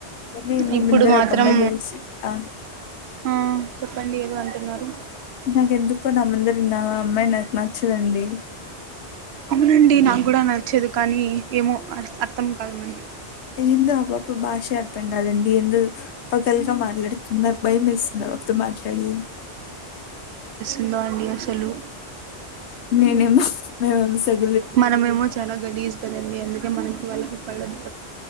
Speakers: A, on the left (about 90°); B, on the right (about 75°).
A: మీ ముందర
B: ఇప్పుడు మాత్రం
A: ఒకమ్మాయి నీలుసు ఆ
B: ఆ చెప్పండి ఏదో అంటున్నారు
A: నాకెందుకు ఎందుకో న ముందర ఉన్న ఆ అమ్మాయి నాకు నచ్చదండి
B: అవునండి నాకు కూడా నచ్చదు కానీ ఏమో అ అర్థం కాదు మీ
A: ఏందో అపాప భాషే అర్థం కాదండి ఏందొ పొగరు గా మాట్లాడుతుంది నాకు భయ మెస్తుంది ఆవిడతో మాట్లాడి
B: ఉందాండి అసలు
A: న న మ వెమస <unintelligible>
B: మనమేమో చాలా గలీజ్ కదండి అందుకే మనకి వాళ్ళకి పడదు